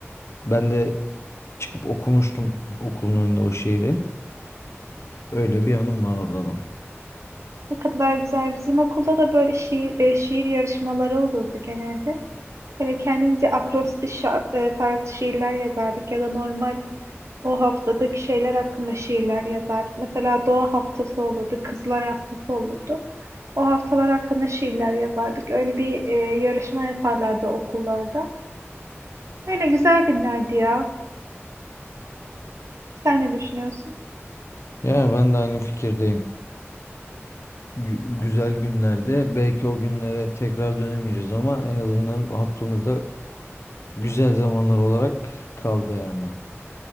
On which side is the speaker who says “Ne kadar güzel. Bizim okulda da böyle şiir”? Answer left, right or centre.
Right